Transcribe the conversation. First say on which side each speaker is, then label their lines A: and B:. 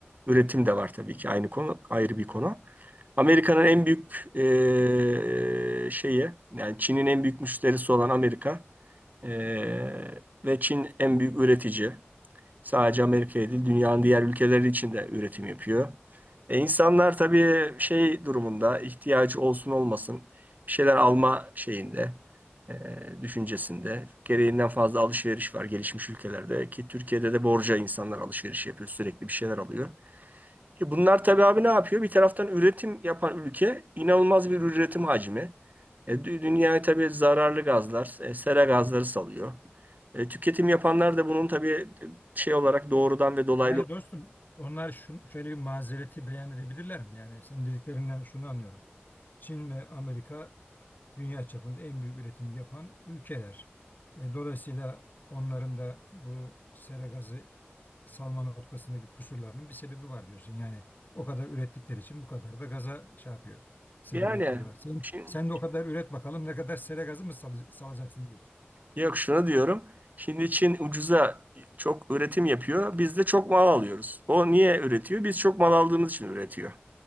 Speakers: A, on the right; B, on the left.
A: Üretim de var tabii ki aynı konu ayrı bir konu. Amerika'nın en büyük eee, şeyi yani Çin'in en büyük müşterisi olan Amerika eee, ve Çin en büyük üretici. Sadece Amerika'ya değil dünyanın diğer ülkeleri için de üretim yapıyor. E, insanlar tabii şey durumunda ihtiyacı olsun olmasın bir şeyler alma şeyinde eee, düşüncesinde gereğinden fazla alışveriş var gelişmiş ülkelerde ki Türkiye'de de borca insanlar alışveriş yapıyor sürekli bir şeyler alıyor. E bunlar tabii abi ne yapıyor? Bir taraftan üretim yapan ülke inanılmaz bir üretim hacmi. E, dü- dünyaya tabii zararlı gazlar, e, sera gazları salıyor. E, tüketim yapanlar da bunun tabii e, şey olarak doğrudan ve dolaylı.
B: Yani dostum onlar şun, şöyle bir mazereti beyan edebilirler mi? Yani senin dediklerinden şunu anlıyorum. Çin ve Amerika dünya çapında en büyük üretimi yapan ülkeler. E, dolayısıyla onların da bu sera gazı salma noktasındaki kusurlarının bir sebebi var diyorsun. Yani o kadar ürettikleri için bu kadar da gaza şey yapıyor. Sebebiyet
A: Yani
B: veriyorlar. Sen,
A: Çin,
B: sen de o kadar üret bakalım ne kadar sera gazı mı salı- salacaksın diyorsun.
A: yok şunu diyorum. Şimdi Çin ucuza çok üretim yapıyor. Biz de çok mal alıyoruz. O niye üretiyor? Biz çok mal aldığımız için üretiyor.